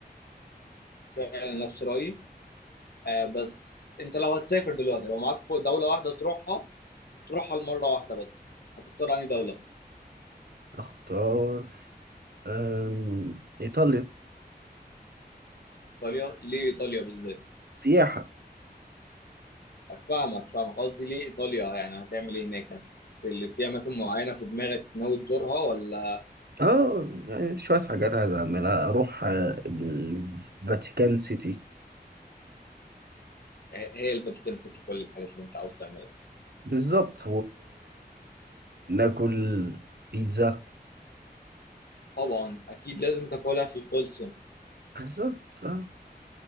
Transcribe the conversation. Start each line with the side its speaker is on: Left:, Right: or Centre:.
Left: فعلا نفس رأيي آه، بس انت لو هتسافر دلوقتي لو معاك دولة واحدة تروحها تروحها لمرة واحدة بس هتختار انهي دولة؟
Right: اختار أم... ايطاليا
Left: ايطاليا ليه ايطاليا بالذات؟
Right: سياحة
Left: فاهمك فاهمك قصدي ليه ايطاليا يعني هتعمل ايه هناك هت- اللي في اماكن معينه في دماغك ناوي تزورها ولا
Right: اه يعني شوية حاجات عايز اعملها اروح آه، الفاتيكان سيتي
Left: هي الفاتيكان سيتي كل الحاجات اللي انت عاوز تعملها
Right: بالظبط وناكل بيتزا
Left: طبعا اكيد لازم تاكلها في الكولسيوم
Right: بالظبط اه